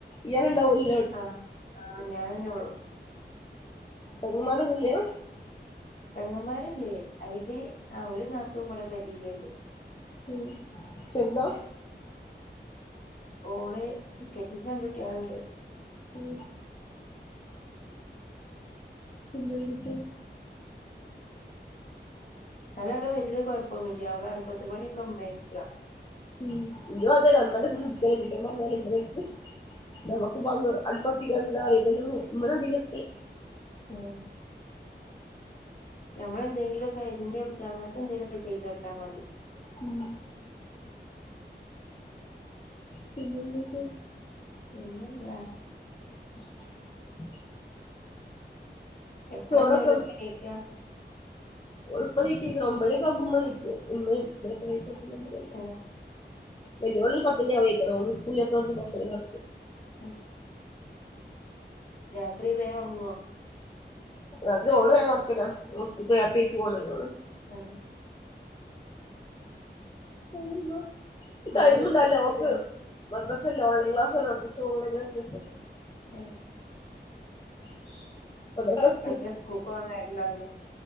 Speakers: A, on the left (about 25°); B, on the left (about 45°).
A: യേനെ ണ്ടാവൊള്ളു
B: ആഹ ആ ഞാനേന്നൊള്ളു
A: ഉ അങ്ങമാറൊന്നില്ലോ
B: പെങ്ങന്മാര്ണ്ട് അയ്ല് ആ ഒരു നാത്തൂൻവടെ പെരീല്ണ്ട്
A: ഉം ചെർതാ
B: ഓള് കെട്ടിച്ച രണ്ട് കുട്ടികൾ ഒണ്ട്
A: ഉം പിന്നെന്തൊക്കെ
B: ഓല അവ്ടെ വല്യ കുഴപ്പൊന്നുംല്ല അവിടെ അടു പത്ത് മണിയൊക്കെ ഉമ്മേട്ക്ക
A: ഉ ഇനി അാല അമ്മനെ ഫു എടുക്ക കിട്ട വന്നാലും ഇങ്ങനെ എടുക്ക
B: ഉം
A: നമ്മക്ക് അടുപ്പത്തിക്കാല്ല അല്ലന്ന് ഇമ്മനതി കിട്ടി
B: ഉം നമ്മളെന്തെങ്കിലുംക്കെ അരിഞ്ഞഞ് കൊടുക്കുക അങ്ങനത്തെ എന്തെങ്കലുംൊക്കെ ചെയ്ത് കൊടുത്താൽ മതി
A: ഉം പിന്നെന്തൊക്കെ
B: പിന്നെന്താ
A: <unintelligible>
B: എപ്പളാ
A: ചോറൊക്കെ
B: ഞ്ഞി ഓലൊക്കെ എണീക്ക
A: ഓള് പ്പ നീക്കെയ് ക്കരം ഒമ്പണിക്കെ ആവുമ്പ ഉമ്മ നീക്കും ഉമ്മയും ഇവരൊക്കെ നീക്കും അപ്പ <unintelligible>
B: ആഹ്‌
A: വലിയോന് ഞ്ഞി പത്തെണി ആവൂയ്‌ക്കാരം ഒന് സ്‌കൂളില്ലാത്തോണ്ട് കോർച്ചേരം കെടക്കും
B: ആഹ് രാത്രി വേ ഒർങ്ങോ?
A: അതിന് ഓള് വേം ഒർക്കല ഓള് സ്കൂൾക്ക് ഏർത്തീച് പോണെല്ലേ ഓള്
B: ആഹ്
A: ടൈമൊ
B: മദ്രസ
A: ടൈമുണ്ടല്ലോ
B: എത്രയിലാ
A: ഓക്ക്‌
B: ഓള്?
A: മദ്രസല്ല ഓൺലൈൻ ക്ലാസ്സണ് മദ്രസസ് ഓൺലൈിലക്കി വിട്ടത്
B: ഉം
A: <unintelligible>
B: മറ്റേ സ്കൂൾക്ക് പോവാൻ നേരണ്ടാവലും